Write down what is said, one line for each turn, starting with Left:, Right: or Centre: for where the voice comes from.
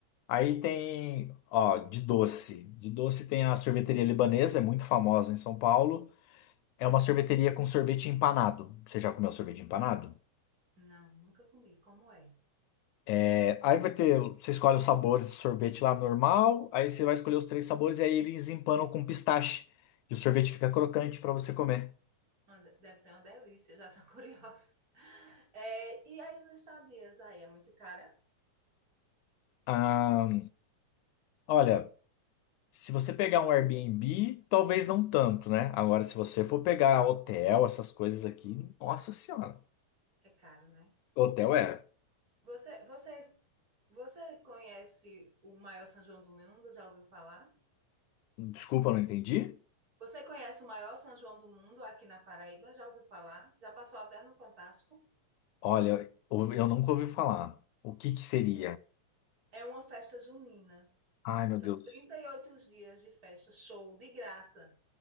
Left: Aí tem, ó, de doce. De doce tem a sorveteria libanesa, é muito famosa em São Paulo. É uma sorveteria com sorvete empanado. Você já comeu sorvete empanado?
Right: Não, nunca comi. Como é?
Left: É, aí vai ter, você escolhe os sabores do sorvete lá normal, aí você vai escolher os três sabores e aí eles empanam com pistache. E o sorvete fica crocante para você comer.
Right: Uma de- Deve ser uma delícia, já tô <laughs> curiosa. É, e as estadias aí, é muito cara?
Left: Ah, olha, se você pegar um Airbnb, talvez não tanto, né? Agora, se você for pegar hotel, essas coisas aqui, nossa senhora.
Right: É caro, né?
Left: Hotel é.
Right: Você, você Você conhece o maior São João do mundo? Já ouviu falar?
Left: Desculpa, não entendi.
Right: Você conhece o maior São João do mundo aqui na Paraíba? Já ouviu falar? Já passou até no Fantástico?
Left: Olha, eu eu nunca ouvi falar. O que que seria?
Right: É. É uma festa junina.
Left: Ai, meu
Right: São
Left: Deus.
Right: 38 dias de festa, show de graça.